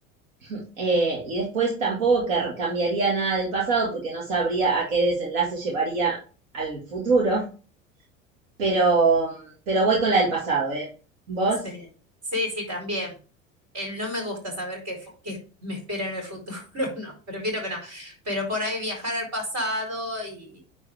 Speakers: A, on the right; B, on the right.
A: <clears throat> Eh, y después tampoco car- cambiaría nada del pasado porque no sabría a qué desenlace llevaría al futuro. <laughs> Pero, pero voy con la del pasado, ¿eh? ¿Vos?
B: Sí, sí, sí, también. El, no me gusta saber qué, fu- qué me espera en el futuro, <laughs> no, prefiero que no. Pero por ahí viajar al pasado y